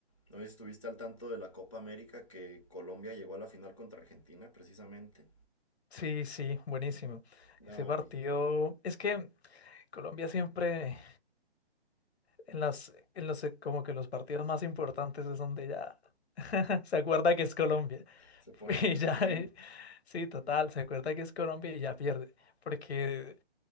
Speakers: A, on the left; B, on the left.
A: no sé si estuviste al tanto de la Copa América que Colombia llegó a la final contra Argentina precisamente.
B: Sí, sí, buenísimo.
A: No,
B: Ese partido,
A: y
B: es que Colombia siempre en las, en los, como que los partidos más importantes es donde ya Se acuerda que es Colombia.
A: se pone
B: <laughs>
A: pecho
B: Y ya,
A: frío.
B: eh, sí, total, se acuerda que es Colombia y ya pierde. Porque